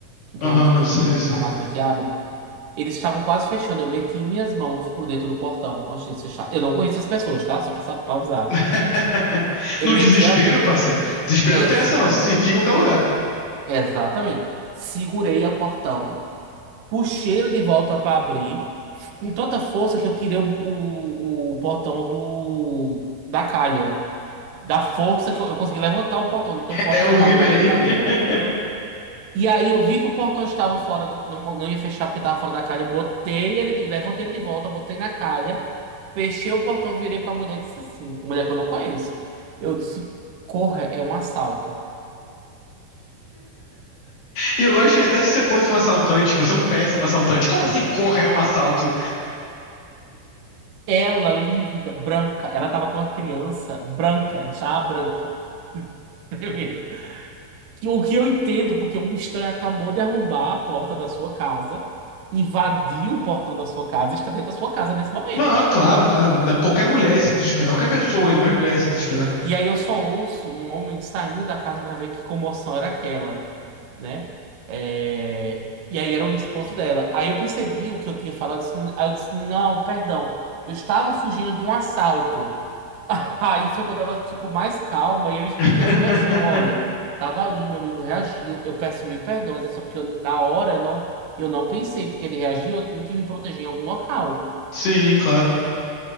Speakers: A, on the right; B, on the left.
A: Tipo,
B: Aham,
A: não tinha
B: sei,
A: o-
B: sei.
A: a máquina que abre. Eles estavam quase fechando. Eu meti minhas mãos por dentro do portão antes de fechar. Eu não conheço as pessoas, tá? Só pra, sa- pra avisar.
B: <laughs>
A: Eu
B: No
A: meti
B: desespero,
A: a.
B: parceiro. Desespero
A: Exatamente.
B: não tem essa, não. Você se enfia em qualquer lugar.
A: Exatamente. Segurei o portão, puxei ele de volta pra abrir, com tanta força que eu tirei o, o o portão do, da calha. da força que eu, eu consegui levantar o portão, tão forte
B: É o
A: que eu tava
B: He-Man.
A: da adrenalina.
B: <laughs>
A: E aí eu vi que o portão estava fora do. Não, não ia fechar porque estava fora da calha. Eu botei ele, de- levantei ele de volta, botei na calha, fechei o portão, virei pra mulher e disse assim: mulher que eu não conheço. Eu disse: corra, é um assalto.
B: E eu acho que até se você fosse um assaltante, você é um péssimo assaltante. Como assim corra é um assalto?
A: Ela, lívida, branca, ela tava com uma criança branca, ela estava branca, <laughs> tremendo. Que- O que eu entendo, porque um estranho acabou de arrombar a porta da sua casa, invadiu o portão da sua casa e está dentro da sua casa nesse momento.
B: Não, é claro, claro. Não, qualquer mulher ia se desesperar. Qualquer pessoa, ainda mais mulher, ia se desesperar.
A: E aí eu só ouço um homem saindo da casa pra ver que comoção era aquela, né? É, E aí era o esposo dela. Aí eu percebi o que eu tinha falado, assim, aí eu disse, não, perdão, eu estava fugindo de um assalto. <laughs> Aí foi quando ela ficou mais calma e eu expliquei
B: <laughs>
A: a situação. Olha, tava ali, meu amigo reagiu, eu peço mil perdões, é só porque eu- na hora eu não, eu não pensei, porque ele reagiu, eu tinha que me proteger em algum local.
B: Sim, claro.